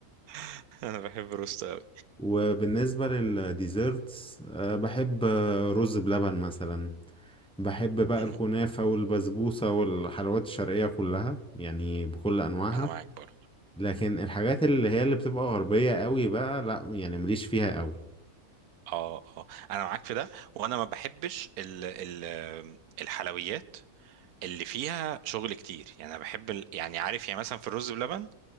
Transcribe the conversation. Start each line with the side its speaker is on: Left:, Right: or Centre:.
Right: <laughs> انا بحب روستو قوي
Centre: وبالنسبة للديزرتس آه، بحب آه، رز بلبن مثلا بحب بقى
Right: مم.
Centre: الكنافة والبسبوسة والحلويات الشرقية كلها يعني بكل أنواعها
Right: انا معاك برضه
Centre: لكن الحاجات اللي هي اللي بتبقى غربية قوي بقى لا يعني مليش فيها قوي
Right: اه اه انا معاك في ده وانا ما بحبش ال ال الحلويات اللي فيها شغل كتير يعني انا بحب ال... يعني عارف يعني مثلا في الرز بلبن